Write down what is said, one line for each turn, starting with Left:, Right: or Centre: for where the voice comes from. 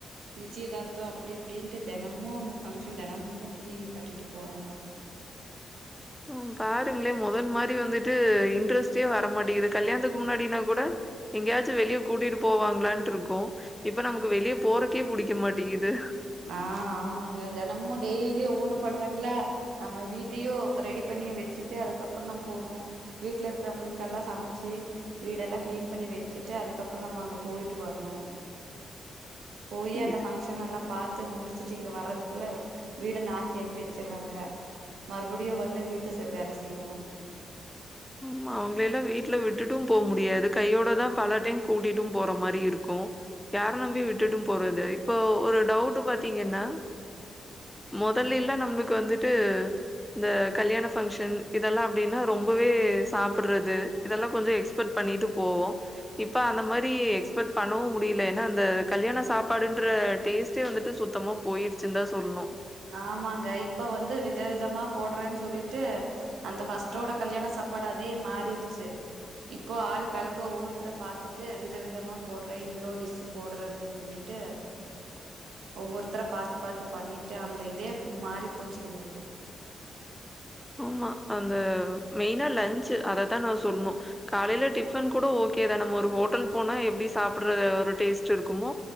Right: நிச்சயதார்த்தோ அப்புடி இப்பபுடின்ட்டு தெனமு ஒன்னு ஃபங்ஷன் தெனமு துணி கட்டிட்டு போற மாதிரி
Centre: ம் பாருங்களே மொதல் மாரி வந்துட்டு இன்ட்ரெஸ்டே வரமாட்டிங்குது கல்யாணத்துக்கு முன்னாடினா கூட எங்கேயாச்சு வெளியே கூட்டிட்டு போவாங்களான்ட்டுருக்கு இப்ப நமக்கு வெளிய போறக்கே புடிக்க மாட்டிங்குது
Right: ஆ ஆமாங்க தெனமு டெய்லி ஒவ்வொன்னு பண்றாங்களா நம்ம வீட்டையு ரெடி பண்ணி வச்சுட்டு அதுக்கப்பறோ நம்ம போகணு வீட்டுல இருக்குறவங்களுகெல்லா சமைச்சு வீடெல்லா கிளீன் பண்ணி வச்சுட்டு அதுக்கப்பறோ நம்ம அங்க போயிட்டு வரணு போய் அந்த
Centre: இது
Right: பங்ஷன் எல்லா த்த முடிச்சுட்டு இங்க வர்றதுகுள்ள வீடே நாஸ்தியாக்கி வச்சுருவாங்க மறுபடியு வந்து வீட்ட செ வேல செய்யணு
Centre: ஆமா அவுங்களேல்லா வீட்ல விட்டுட்டும் போ முடியாது கையோடதா பல டைம் கூட்டிட்டும் போற மாரி இருக்கு யார நம்பி விட்டுட்டும் போறது இப்போ ஒரு டவுட் பாத்தீங்கன்னா முதல்லேலா நம்மளுக்கு வந்துட்டு இந்த கல்யாண பங்க்ஷன் இதெல்லா அப்டின்னா ரொம்பவே வே சாப்புட்றது இதெல்லா கொஞ்ச எக்ஸ்பெக்ட் பண்ணிட்டு போவோ இப்ப அந்த மாரி எக்ஸ்பெக்ட் பண்ணவு முடியல ஏன்னா அந்த கல்யாண சாப்பாடுன்ற டேஸ்ட்டே வந்துட்டு சுத்தமா போயிடுச்சுன்னுதா சொல்லணு
Right: ஆமாங்க இப்ப வந்து விதவிதமா போடுறேனு சொல்லிட்டு அந்த ஃபஸ்டோட கல்யாண சாப்பாடு அதே மாறிடுச்சு இப்போ ஆளுக்காளுக்கு ஒவ்வொருத்தர பாத்துட்டு விதவிதமா போடுறே இவ்ளோ டிஷ்ஷு போடுற அப்புடின்னு சொல்லிட்டு ஒவ்வொருத்தர பாத்து பாத்து பண்ணி ட்டு அந்த இதே மாறி போச்சுங்க இப்போ
Centre: ஆமா அந்த மெய்னா லன்ஞ்சு அததா நா சொல்ணு காலையில டிஃபன் கூட ஓகேதா நம்ம ஒரு ஹோட்டல் போனா எப்டி சாப்புட்றது ஒரு டேஸ்ட் இருக்குமோ